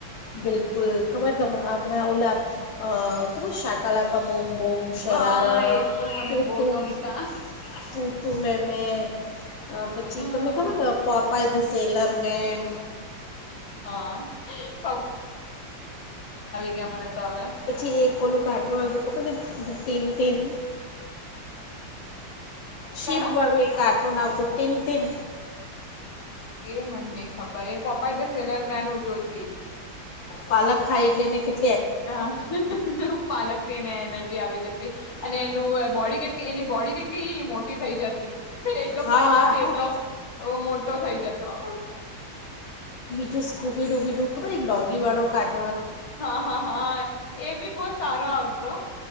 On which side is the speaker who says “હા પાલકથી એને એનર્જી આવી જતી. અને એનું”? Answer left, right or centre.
Left